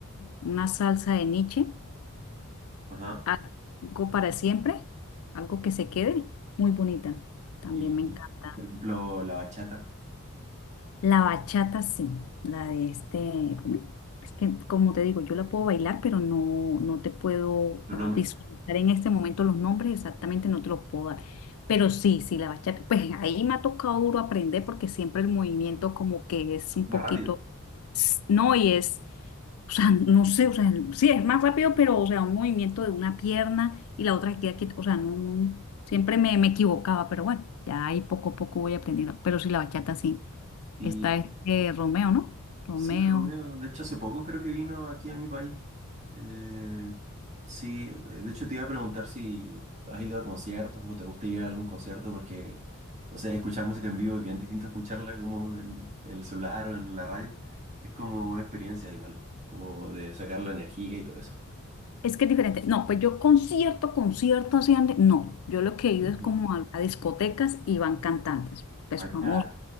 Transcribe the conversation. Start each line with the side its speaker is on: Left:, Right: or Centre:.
Left: una salsa de Nietzsche
Right: Ajá.
Left: Algo para siempre, algo que se quede, muy bonita. También
Right: Y,
Left: me encanta.
Right: por ejemplo, la bachata,
Left: La bachata, sí, la de este, ¿cómo es Es que como te digo, yo la puedo bailar, pero no, no te puedo o
Right: los
Left: sea,
Right: nombres,
Left: visualizar en este momento los nombres exactamente, no te los puedo dar. Pero sí, sí, la bachata, pues ahí me ha tocado duro aprender porque siempre el movimiento como que es un
Right: más
Left: poquito,
Right: rápido.
Left: no, y es o sea, no sé, o sea, sí, es más rápido, pero, o sea, un movimiento de una pierna y la otra que queda quieta. O sea, no, no, siempre me, me equivocaba, pero bueno, ya ahí poco a poco voy aprendiendo. Pero sí, la bachata sí.
Right: Sí.
Left: Está este Romeo, ¿no? Romeo.
Right: Sí, Romeo, de hecho hace poco creo que vino aquí a mi país. Eh, sí, de hecho te iba a preguntar si has ido a conciertos o te gusta ir a algún concierto porque, no sé, escuchar música en vivo es bien distinto a escucharla como en, en el celular o en la radio. Es como una experiencia igual, como de sacar la energía y todo eso.
Left: Es que es diferente. No, pues yo concierto, concierto así ande. No, yo lo que he ido
Right: Ujú.
Left: es como a, a discotecas y van cantantes, pues
Right: Ah, claro.
Left: famosos.